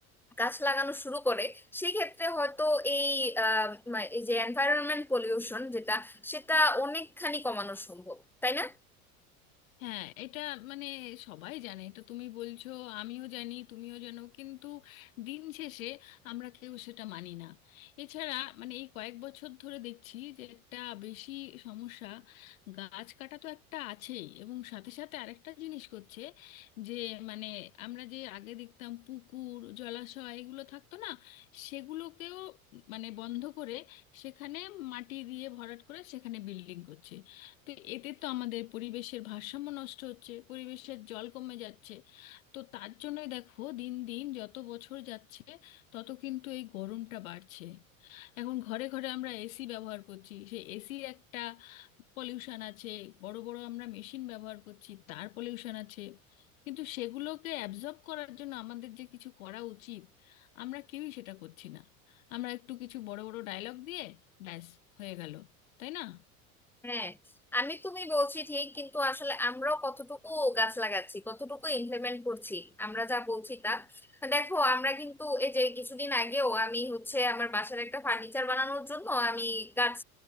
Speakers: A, in the centre; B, on the left.
A: গাছ লাগানো শুরু করে সেক্ষেত্রে হয়তো এই আহ, মা- এই যে এনভায়রনমেন্ট পলিউশন যেটা সেটা অনেকখানি কমানো সম্ভব তাই না
B: হ্যাঁ এটা মানে সবাই জানে এটা তুমি বলছো আমিও জানি তুমিও জানো কিন্তু দিন শেষে আমরা কেউ সেটা মানি না এছাড়া মানে এই কয়েক বছর ধরে দেখছি যে একটা বেশি সমস্যা গাছ কাটা তো একটা আছেই এবং সাথে সাথে আরেকটা জিনিস করছে যে মানে আমরা যে আগে দেখতাম পুকুর জলাশয় এগুলো থাকতো না সেগুলোকেও মানে বন্ধ করে সেখানে মাটি দিয়ে ভরাট করে সেখানে বিল্ডিং করছে তো এতে তো আমাদের পরিবেশের ভারসাম্য নষ্ট হচ্ছে পরিবেশের জল কমে যাচ্ছে তো তার জন্যই দেখো দিন দিন যত বছর যাচ্ছে তত কিন্তু এই গরমটা বাড়ছে এখন ঘরে ঘরে আমরা এসি ব্যবহার করছি সেই এসির একটা পলিউশন আছে বড় বড় আমরা মেশিন ব্যবহার করছি তার পলিউশন আছে কিন্তু সেগুলোকে অ্যাবজর্ব করার জন্য আমাদের যে কিছু করা উচিত আমরা কেউই সেটা করছি না আমরা একটু কিছু বড় বড় ডায়লগ দিয়ে ব্যাস হয়ে গেল তাই না
A: হ্যাঁ আমি তুমি বলছি ঠিক কিন্তু আসলে আমরাও কতটুকু গাছ লাগাচ্ছি কতটুকু ইমপ্লিমেন্ট করছি আমরা যা বলছি তা দেখো আমরা কিন্তু এই যে কিছুদিন আগেও আমি হচ্ছে আমার বাসার একটা ফার্নিচার বানানোর জন্য আমি গাছ